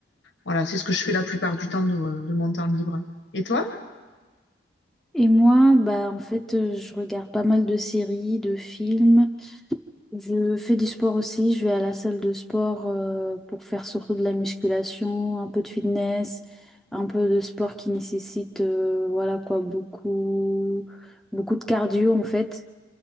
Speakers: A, on the left (about 75°); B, in the centre.
A: voilà, c'est ce que je fais la plupart du temps de, de mon temps libre. Et toi?
B: Et moi, bah en fait, euh, je regarde pas mal de séries, de films. Je fais du sport aussi. Je vais à la salle de sport euh, pour faire surtout de la musculation, un peu de fitness, un peu de sport qui nécessite, euh, voilà quoi, beaucoup, beaucoup de cardio en fait.